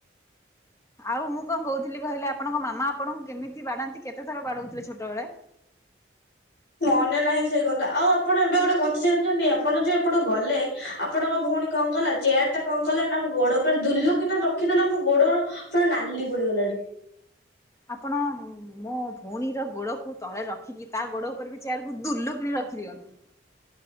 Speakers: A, on the left; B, on the left.
A: ଆଉ ମୁଁ କଣ କହୁଥିଲି କହିଲେ ଆପଣଙ୍କ ମାମା ଆପଣଙ୍କୁ କେମିତି ବାଡାନ୍ତି କେତେ ଥର ବାଡଉଥିଲେ ଛୋଟବେେଳେ‌?
B: ମନେ ନାହିଁ ସେଇ କଥା ଆଉ ଆପଣ ଏବେ ଗୋଟେ କଥା ଜାଣିଛନ୍ତି ଆପଣ ଯେ ଆପଣ ଗଲେ ଆପଣଙ୍କ ଭଉଣ କଣ କଲା ଚେୟାର ଟା କଣ କଲା ନା ଗୋଡ ଉପରେ ଦୁଲୁ କିନା ର ରଖିଦେଲା ଆମ ଗୋଡର ପୁରା ନାଲି ପଡିଗଲାଣି।
A: ଆପଣ ମୋ ଭଉଣୀର ଗୋଡକୁ ତଳେ ରଖିକି ତା ଗୋଡ ଉପରେ ବି ଚେୟାର କକୁ ଦୁଲୁ କିଣି ରଖିଦିଅନ୍ତୁ।